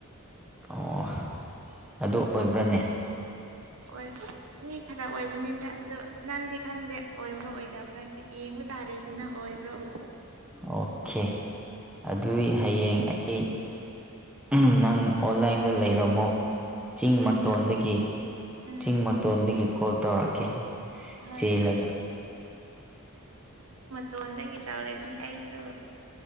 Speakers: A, in the centre; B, on the right.
A: ꯑꯣ ꯑꯗꯨ ꯑꯣꯏꯕ꯭ꯔꯅꯦ
B: ꯑꯣꯏ ꯃꯤ ꯈꯔ ꯑꯣꯏꯕꯅꯤꯗ ꯑꯗꯨ ꯅꯪꯗꯤ ꯈꯪꯗꯦ ꯑꯣꯏꯕ꯭ꯔ ꯑꯣꯏꯗꯕ꯭ꯔꯗꯤ ꯌꯦꯡꯕ ꯇꯥꯔꯦ ꯑꯣꯏꯕ꯭ꯔ ꯑꯣꯏꯗ꯭ꯔꯥ
A: ꯑꯣꯈꯦ ꯑꯗꯨꯏ ꯍꯌꯦꯡ ꯑꯩ ꯎꯝ ꯅꯪ ꯑꯣꯟꯂꯥꯏꯟꯗ ꯂꯩꯔꯝꯃꯣ ꯆꯤꯡ
B: ꯍꯣꯏ
A: ꯃꯇꯣꯟꯗꯒꯤ
B: ꯍꯣꯏ ꯎꯝ
A: ꯆꯤꯡ ꯃꯇꯣꯟꯗꯒꯤ ꯀꯣꯜ ꯇꯧꯔꯛꯀꯦ
B: ꯍꯣꯏ
A: ꯆꯦꯜꯂꯒ
B: ꯍꯣꯏ ꯇꯣꯟꯗꯒꯤ ꯇꯧꯔꯛꯅꯤ ꯑꯩꯁꯨ